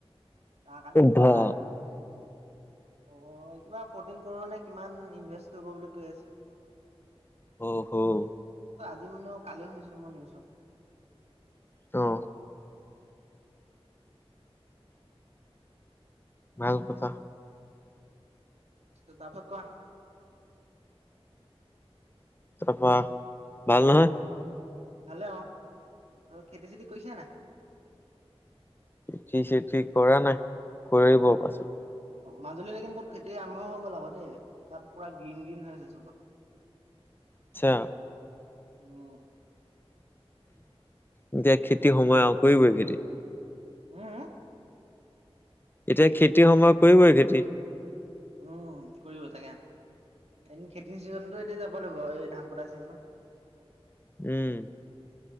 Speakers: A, on the right (about 90°); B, on the left (about 20°).
A: তাৰ কাৰণে কিবা
B: বা
A: হ'ব, এ কিবা ফ'ৰ্টিন ক'ৰোৰ নে কিমান ইনভে কৰিব বুলি কৈ আছে।
B: আহ হ'
A: দিম ন কালি শুনিছিলো মোৰ নিউজত।
B: তো' ভাল কথা।
A: <unintelligible> তাছত কোৱা।
B: তাৰপা, ভাল নহয়?
A: ভালে অ। <unintelligible> খেতি চেতি কৰিছে নাই?
B: খেতি চেতি কৰা নাই। কৰিব পাছত।
A: মাজুলী <unintelligible> খেতি আৰম্ভ হৈ গ'ল আকৌ দেই। তাত পুৰা গ্ৰীণ গ্ৰীণ হৈ আছে চবতে।
B: আচ্ছা
A: উম
B: এতিয়া খেতি সময় আও, কৰিবই খেতি
A: উম, উ।
B: এতিয়া খেতিৰ সময়, কৰিবই খেতি।
A: উম, কৰিব তাকে। এদিন খেতিৰ চিজনতো এতি যাব লাগিব, এই ধান কটা চিজনত।
B: উম